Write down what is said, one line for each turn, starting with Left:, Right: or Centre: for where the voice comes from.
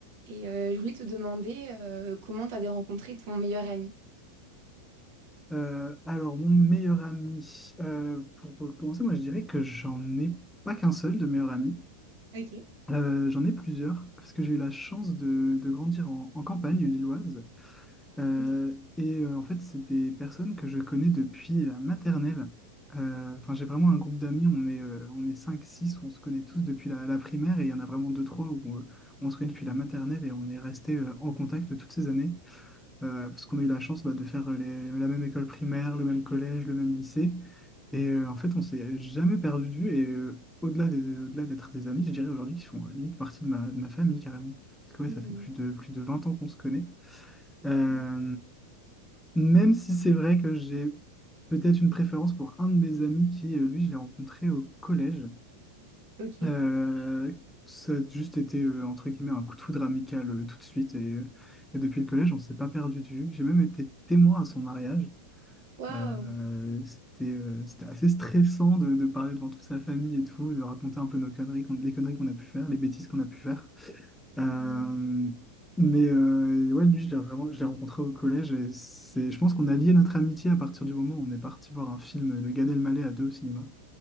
Right: Et euh, je voulais te demander euh, comment t'avais rencontré ton meilleur ami.
Centre: Euh, alors, mon meilleur ami, euh, pour commencer, moi je dirais que j'en ai pas qu'un seul de meilleur ami,
Right: Ok.
Centre: Euh, j'en ai plusieurs, parce que j'ai eu la chance de, de grandir en, en campagne lilloise. Euh,
Right: Ok.
Centre: et euh, en fait, c'est des personnes que je connais depuis la maternelle. Euh, Enfin, j'ai vraiment un groupe d'amis, on est, euh, on est cinq six. on se connaît tous depuis la, la primaire, et il y en a vraiment deux trois où on, on se connaît depuis la maternelle et on est resté euh, en contact toutes ces années euh, parce qu'on a eu la chance bah, de faire euh, les- la même école primaire, le même collège, le même lycée. Et euh, en fait, on s'est jamais perdu de vue. Et euh, au-delà des, au-delà d'être des amis, je dirais aujourd'hui qu'ils font euh, limite partie de ma, de ma famille carrément. Parce que ouais,
Right: Hmm.
Centre: ça fait plus de, plus de 20 ans qu'on se connaît. Euh,
Right: Mm.
Centre: même si c'est vrai que j'ai peut-être une préférence pour un de mes amis qui, euh, lui, je l'ai rencontré au collège.
Right: Ok.
Centre: Euh, ça a juste été, euh, entre guillemets, un coup de foudre amical euh, tout de suite. Et, euh, et depuis le collège, on s'est pas perdu de vue. J'ai même été témoin à son mariage.
Right: Waouh.
Centre: Euh, c'était euh, c'était assez stressant de, de parler devant toute sa famille et tout, de raconter un peu nos conneries, qu'on- les conneries qu'on a pu faire, les bêtises qu'on a pu faire. Euh,
Right: Mm.
Centre: mais euh, ouais, lui, je l'ai vraiment, je l'ai rencontré au collège. Et c'est, je pense qu'on a lié notre amitié à partir du moment où on est parti voir un film de Gad Elmaleh à deux au cinéma.